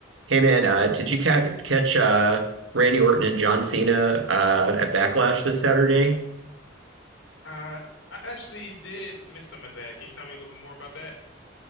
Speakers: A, on the right; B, on the left.
A: Hey man, uh, did you ca catch uh, Randy Orton and John Cena uh, at Backlash this Saturday?
B: Uh, I actually did miss some of that. Can you tell me a little bit more about that?